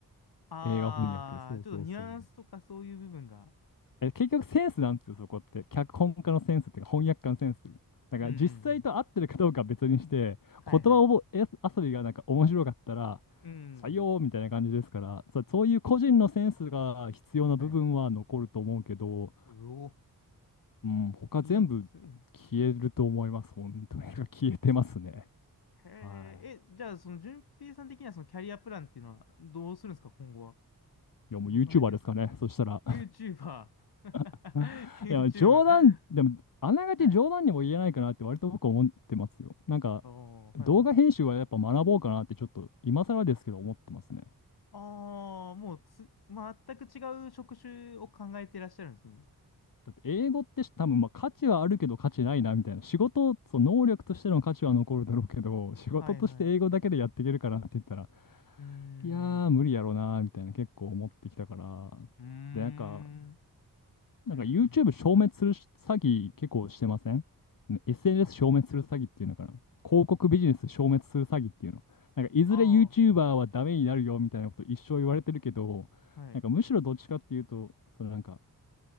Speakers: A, on the left; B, on the left.
A: ああ、
B: 映画翻訳。そうそうそう。
A: ちょっとニュアンスとかそういう部分が。
B: え、結局センスなんですよ、そこって。脚本家のセンスっていうか、翻訳家のセンス。だから実際と合ってるかどうかは別にして、
A: うんうんうん。はいはい。
B: 言葉を覚え遊びがなんか面白かったら、
A: うん。
B: 採用みたいな感じですから、そそういう個人のセンスが必要な部分は残ると思うけど、
A: はい。うお。
B: うん、他全部消えると思います。
A: きついな。
B: 本当に <laughs> 消えてますね。
A: へえ、
B: はい。
A: え、じゃあその順平さん的にはそのキャリアプランっていうのはどうするんですか今後は。
B: いや、もう
A: どう考えてるんですか
B: YouTuber ですかね。そしたら。
A: ?YouTuber。<laughs>
B: <laughs>
A: YouTuber。
B: いや、冗談、でも、あながち冗談にも言えないかなって割と僕思ってますよ。
A: はい。
B: なんか、
A: ああ、はいはい。
B: 動画編集はやっぱ学ぼうかなってちょっと今更ですけど思ってますね。
A: ああ、もうつ、全く違う職種を考えてらっしゃるんですね。
B: だって英語って多分まあ価値はあるけど価値ないなみたいな。仕事、その能力としての価値は残るだろうけど、仕事として英語だけでやっていけるかなって言ったら、
A: はいはい。うー
B: いやー無理やろうなみたいな結構思ってきたから。
A: ん。うーん。
B: で、なんか、なんか
A: うんうん。
B: YouTube 消滅する詐欺結構してませんね ?SNS 消滅する詐欺っていうのかな広告ビジネス消滅する詐欺っていうの。
A: どういうこと
B: なんかいずれ
A: あ
B: YouTuber はダメになるよみたいなこと一生言われてるけど、
A: あ、はい。
B: なんかむしろどっちかっていうと、そのなんか